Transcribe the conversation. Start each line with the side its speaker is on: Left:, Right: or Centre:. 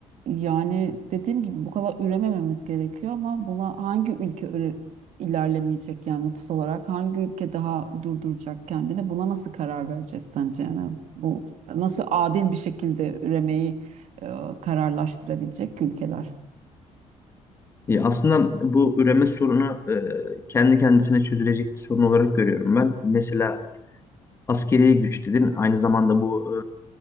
Right: yani dediğim gibi bu kadar üremememiz gerekiyor ama buna hangi ülke öyle ilerlemeyecek yani nüfus olarak hangi ülke daha durduracak kendini buna nasıl karar vereceğiz sence yani bu nasıl adil bir şekilde üremeyi e, kararlaştırabilecek ülkeler?
Left: E, aslında bu üreme sorunu e, kendi kendisine çözülecek bir sorun olarak görüyorum ben. Mesela askeri güç dedin. Aynı zamanda bu